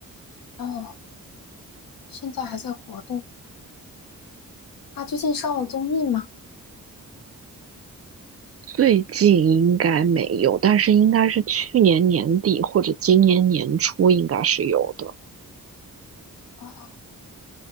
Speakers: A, on the left (about 80°); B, on the right (about 45°).
A: 哦，现在还在活动。他最近上了综艺吗？
B: 最近应该没有，但是应该是去年年底或者今年年初应该是有的，
A: 啊，